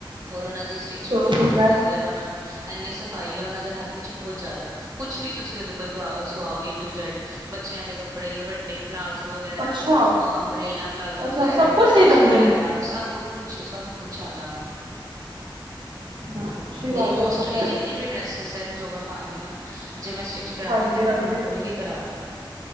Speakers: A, on the right; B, on the right.
A: ਔਰ ਓਨਾਂ ਦੀ ਸਟਿਚਿੰਗ
B: ਚਲੋ
A: ਵੀ
B: ਫਿਰ
A: ਬੋਹੋਤ
B: ਮੈਂ
A: ਵਧੀਐ। ਓ ਨਾ ਐਨੀ ਸਫ਼ਾਈ ਐ ਓਨਾਂ ਦੇ ਹੱਥ ਇੱਚ ਬੋਤ ਜਾਦਾ। ਕੁਛ ਵੀ ਤੁਸੀ ਓਦੇ ਕੋਲ ਸੁਆ ਸੁਵਾਓ, ਏ ਟੂ ਜ਼ੈਡ ਬੱਚੇਆਂ ਦੇ ਕੱਪੜੇ, ਵੱਡੇ ਪਲਾਜ਼ੋ ਵਗੈਰਾ,
B: ਅੱਛਾ
A: ਅ ਅੰਬਰੇਲਾ ਪਲਾਜ਼ੋ
B: ਅੱਛਾ
A: ਵਗੈਰਾ,
B: ਸਭ ਕੁਛ
A: ਡ੍ਰੈਸਿਸ
B: ਸਹੀ ਦਿੰਦੇ
A: ਵਗੈਰਾ,
B: ਨੇ
A: ਸਭ ਕੁਛ, ਸਭ ਕੁਛ ਆਂਦੈ ਓਨਾਂ ਨੂੰ।
B: ਬਹੁਤ ਅੱਛੀ
A: ਮੇਰੀ
B: ਗੱਲ
A: ਮੋਸਟਲੀ
B: ਆ ਤਾਂ ਫਿਰ
A: ਜਿੰਨੀ ਵੀ ਡਰੈਸਿਸ ਜੋ ਮੈਂ ਪਾਂਦੀ ਆਂ, ਜੇ ਮੈਂ ਸਟਿਚ ਕਰਾਨੀ
B: ਹਾਂਜੀ
A: ਤੇ ਮੈਂ
B: ਹਾਂਜੀ
A: ਓਨਾਂ ਕੋਲ ਹੀ ਕਰਾਂ